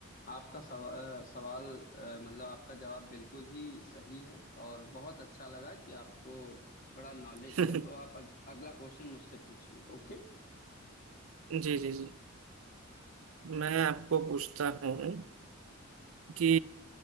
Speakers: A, on the left; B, on the right.
A: आपका सवा, सवाल अ, मतलब आपका जवाब बिल्कुल ही सही है और बहुत अच्छा लगा कि आपको बड़ा नॉलेज
B: <laughs>
A: है तो आप अग, अगला क्वेश्चन मुझसे पूछिए ओके
B: जी जी जी मैं आपको पूछता हूँ कि